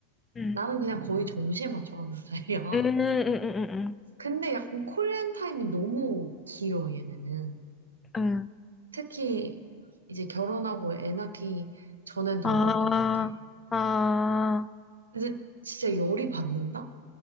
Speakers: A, on the left; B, on the right.
A: 응.
B: 나는 그냥 거의 정시에 맞춰 하는 스타일이야.
A: 응응응응응.
B: 근데 약간 콜앤 타임이 너무 길어, 얘네는.
A: 응.
B: 특히 이제 결혼하고 애 낳기 전엔 더
A: 아,
B: 그랬던 것 같아.
A: 아,
B: 근데 진짜 열이 받는다?